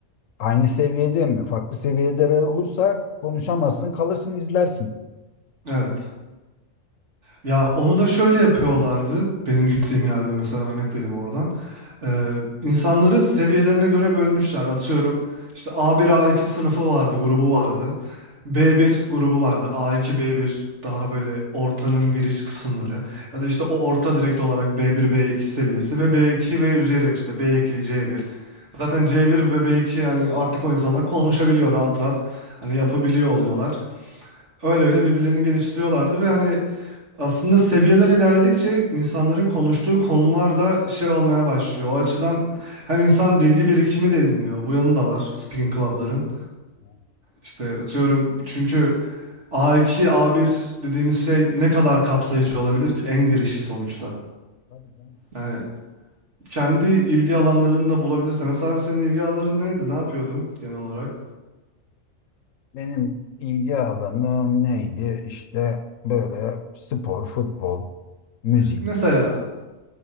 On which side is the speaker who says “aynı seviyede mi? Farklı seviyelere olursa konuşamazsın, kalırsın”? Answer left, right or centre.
Left